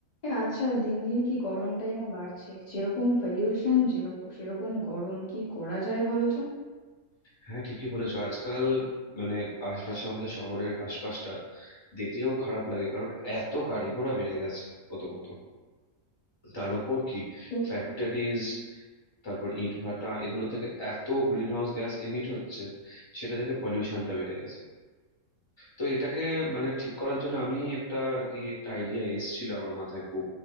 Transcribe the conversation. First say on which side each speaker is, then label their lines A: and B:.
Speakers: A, on the left; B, on the left.
A: এ আচ্ছা দিন দিন কি গরমটাই না বাড়ছে যেরকম পলিউশন যেরকম সেরকম গরম কি করা যায় বলো তো
B: হ্যাঁ ঠিকই বলেছো আজকাল মানে আশপাশে আমাদের শহরের আশপাশটা দেখলেও খারাপ লাগে কারণ এত গাড়ি ঘোড়া বেড়ে গেছে প্রথমত তার ওপর কি
A: সত্যি।
B: ফ্যাক্টরিজ তারপর ইটভাটা এগুলো থেকে এত গ্রিন হাউস গ্যাস এমিট হচ্ছে সেটা থেকে পলিউশনটা বেড়ে গেছে তো এটাকে মানে ঠিক করার জন্য আমি একটা আর কি একটা আইডিয়া এসেছিল আমার মাথায় খুব